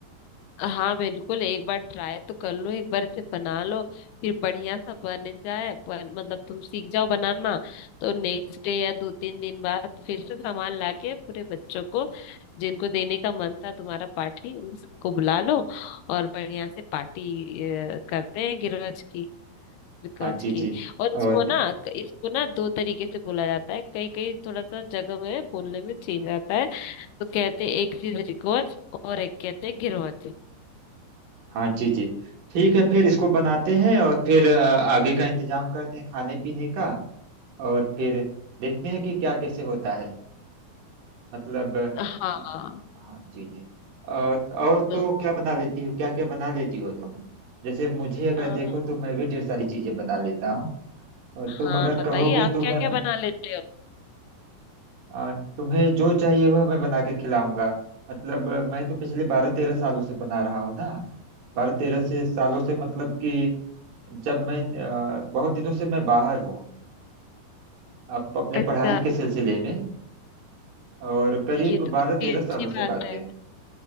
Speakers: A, on the left; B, on the right.
A: हाँ बिल्कुल एक बार ट्राई तो कर लो एक बार इसे बना लो फिर बढ़िया सा बन जाए बन, मतलब तुम सीख जाओ बनाना तो नेक्स्ट डे या दो तीन दिन बाद फिर से सामान लाके पूरे बच्चों को जिनको देने का मन था तुम्हारा पार्टी उसको बुला लो और बढ़िया से पार्टी अ, करते हैं गिरवज की
B: हाँ
A: गज
B: जी
A: की
B: जी
A: और इसको
B: और
A: ना इसको ना दो तरीके से बोला जाता है कई कई थोड़ा सा जगह में बोलने में चेंज आता है तो कहते हैं एक चीज रिकॉर्ड और एक कहते हैं गिरवज
B: हाँ जी जी ठीक है फिर इसको बनाते हैं और फिर अ, आगे का इंतजाम करते हैं खाने पीने का और फिर देखते हैं कि क्या कैसे होता है मतलब
A: हाँ
B: अ, हाँ जी जी और और
A: तो
B: तो क्या बना लेती हो क्या क्या बना लेती हो तुम जैसे मुझे अगर
A: आ,
B: देखो तो मैं भी ढेर सारी चीजें बना लेता हूँ और
A: हाँ
B: तुम अगर
A: बताइए
B: कहोगी
A: आप
B: तो
A: क्या
B: मैं
A: क्या बना लेते हो
B: अ, तुम्हें जो चाहिए वह मैं बना के खिलाऊंगा मतलब अ, मैं तो पिछले बारह तेरह सालों से बना रहा हूँ ना बारह तेरह से सालों से मतलब कि जब मैं अ, बहुत दिनों से मैं बाहर हूँ आप अपने
A: अच्छा
B: पढ़ाई के सिलसिले में और करीब
A: ये तो
B: बारह
A: काफी
B: तेरह
A: अच्छी
B: सालों से
A: बात
B: बातें
A: है